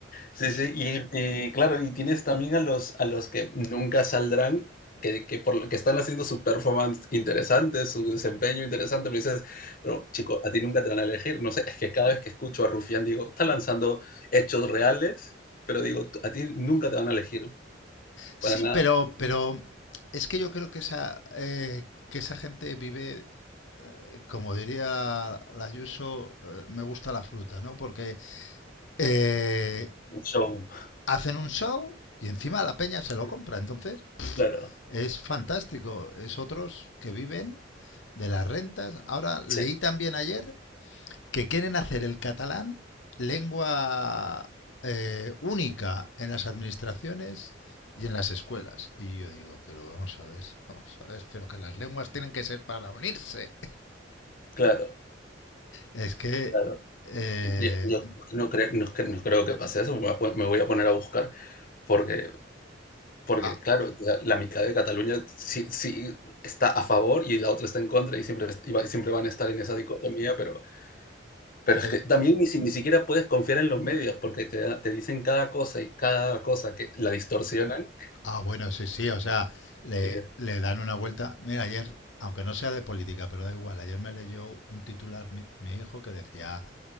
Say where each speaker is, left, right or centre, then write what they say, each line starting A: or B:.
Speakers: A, on the left (about 50°); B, on the left (about 90°).
A: Sí,
B: Y,
A: sí, y, y claro, y tienes también a los, a los que nunca saldrán, que, que, por, lo que están haciendo su performance interesante, su desempeño interesante, pero dices, pero chico, a ti nunca te van a elegir. No sé, es que cada vez que escucho a Rufián digo, está lanzando hechos reales, pero digo, "Tú- a ti nunca te van a elegir
B: Sí,
A: para nada.
B: pero, pero es que yo creo que esa, eh, que esa gente vive, eh, como diría la Yuso, eh, me gusta la fruta, ¿no? Porque eh,
A: Un show.
B: hacen un show y encima la peña se
A: Sí,
B: lo compra. Entonces
A: claro,
B: es fantástico. Es otros que viven de las rentas. Ahora leí
A: sí,
B: también ayer que quieren hacer el catalán lengua eh, única en las administraciones y en las escuelas. Y yo digo, pero vamos a ver, <laughs> vamos a ver, pero que las lenguas tienen que ser para unirse.
A: claro,
B: Es que...
A: claro.
B: eh,
A: Yo, yo- yo no, creo, no, cre- no creo que pase eso, me voy a pon- me voy a poner a buscar, porque Porque,
B: ah,
A: claro, o sea, la mitad de Cataluña sí sí está a favor y la otra está en contra y siempre es- y va siempre van a estar en esa dicotomía, pero pero es
B: eh,
A: que también ni si ni siquiera puedes confiar en los medios porque te da te dicen cada cosa y cada cosa que la distorsionan,
B: ah, bueno, sí, sí, o sea, le,
A: eh,
B: le dan una vuelta. Mira, ayer, aunque no sea de política, pero da igual, ayer me leyó un titular mi, mi hijo que decía,